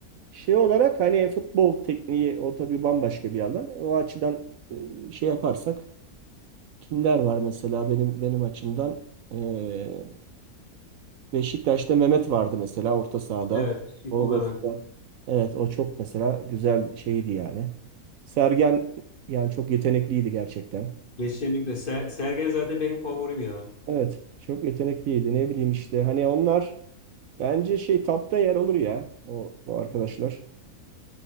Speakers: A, on the right; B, on the left.
A: şey olarak hani futbol tekniği o tabii bambaşka bir alan. O açıdan e, şey yaparsak kimler var mesela benim benim açımdan Ee, Beşiktaş'ta Mehmet vardı mesela orta sahada.
B: Evet. Şipo
A: O mesela
B: Mehmet.
A: evet o çok mesela güzel şeydi yani. Sergen yani çok yetenekliydi gerçekten.
B: Kesinlikle. Ser Sergen zaten benim favorim ya.
A: Evet çok yetenekliydi ne bileyim işte hani onlar Bence şey tapta yer alır ya o, o arkadaşlar.